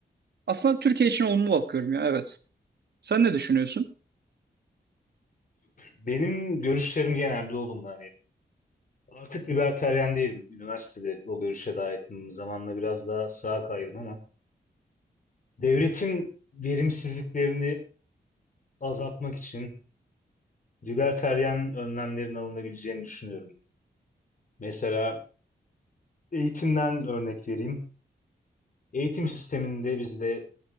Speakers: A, on the right; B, on the left.
A: aslında Türkiye için olumlu bakıyorum ya evet. Sen ne düşünüyorsun?
B: Benim görüşlerim genelde olumlu. Hani artık libertaryen değilim. Üniversitede o görüşe daha yakınım. Zamanla biraz daha sağa kaydım ama devletin verimsizliklerini azaltmak için libertaryen önlemlerin alınabileceğini düşünüyorum. Mesela eğitimden örnek vereyim. Eğitim sisteminde bizde